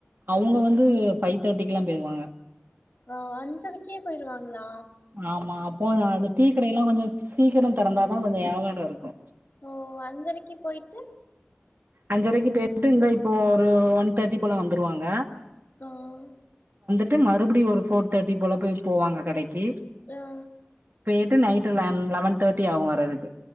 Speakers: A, on the right (about 55°); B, on the left (about 50°).
A: அவுங்க வந்து ஃபைவ் தேர்ட்டிக்குல்லா போயிருவாங்க
B: ஆ அஞ்சரை கே போய்ருவாங்களா
A: ஆமா அப்போ அது டீ கடையெல்லா கொஞ்ச சீக்கிர தொறந்தாதா கொஞ்ச யாவாறோ இருக்கு
B: ஓ அஞ்சரைக்கி போய்ட்டு
A: அஞ்சரைக்கி போய்ட்டு இந்தா இப்போ ஒரு ஒன் தேர்ட்டி போல வந்துருவாங்க
B: ம்
A: ட்டு மறுபடியு ஒரு ஃபோர் தேர்ட்டி போல பேய் போவாங்க கடைக்கி
B: ஆ
A: பேய்ட்டு நைட் ல லெவன் தேர்ட்டி ஆகு வரதுக்கு